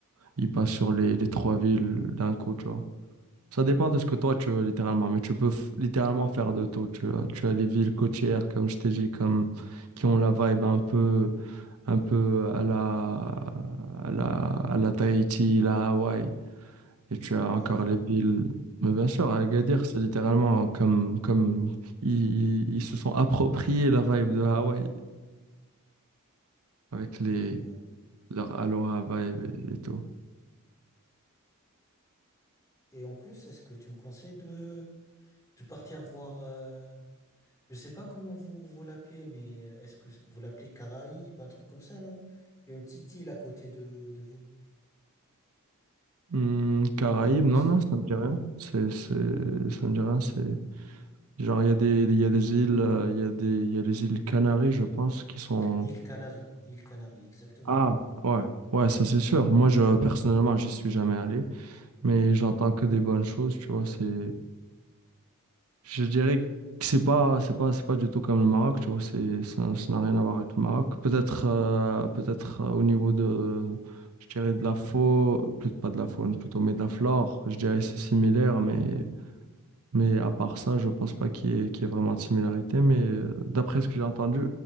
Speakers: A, on the right; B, on the left.
A: ils passent sur les, les trois villes d'un coup, tu vois. Ça dépend de ce que toi tu veux littéralement, mais tu peux f- littéralement faire de tout. Tu as, tu as les villes côtières, comme je t'ai dit, comme, qui ont la vibe un peu, un peu à la, à la, à la Tahiti, la Hawaï. Et tu as encore
B: Ah ouais?
A: les villes. Mais bien sûr, à Agadir,
B: Ouais.
A: c'est littéralement comme, comme ils, ils- ils se sont appropriés la vibe de Hawaï avec les,
B: Ok, ouais.
A: leur Aloha vibe et et tout.
B: Et en plus, est-ce que tu me conseilles de, de partir voir, euh, je sais pas comment vous, vous l'appelez, mais euh, est-ce que vous l'appelez Caraïbes, un truc comme ça, non? Il y a une petite île à côté de, de vous.
A: Hmm, Caraïbes, non,
B: Je sais
A: non,
B: pas.
A: ça me dit rien. C'est, c'est, ça me dit rien. C'est genre il y a des, il y a des îles, euh, il y a des, il y a les îles Canaries, je pense, qui sont.
B: Île Canaries. Île Canaries, exactement.
A: Ah, ouais, ouais, ça c'est sûr. Moi, je personnellement, j'y suis jamais allé, mais j'entends que des bonnes choses. Tu vois, c'est, je dirais que c'est pas, c'est pas, c'est pas du tout comme le Maroc. Tu vois, c'est, ça, ça n'a rien à voir avec le Maroc. Peut-être, euh, peut-être euh, au niveau de, je dirais de la faune, plutôt pas de la faune, plutôt mais de la flore. Je dirais que c'est similaire, mais. Mais à part ça, je pense pas qu'il y ait, qu'il y ait vraiment de similarité. Mais euh, d'après ce que j'ai entendu,